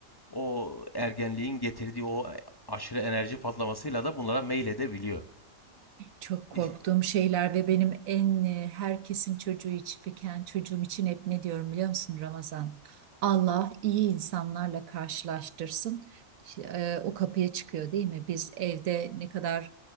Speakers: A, on the left; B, on the right.
A: o ergenliğin getirdiği o aşırı enerji patlamasıyla da bunlara meyledebiliyor.
B: Çok korktuğum
A: İş-
B: şeyler ve benim en e, herkesin çocuğu için, fiken çocuğum için hep ne diyorum biliyor musun Ramazan? Allah iyi insanlarla karşılaştırsın. Ş- e, O kapıya çıkıyor değil mi? Biz evde ne kadar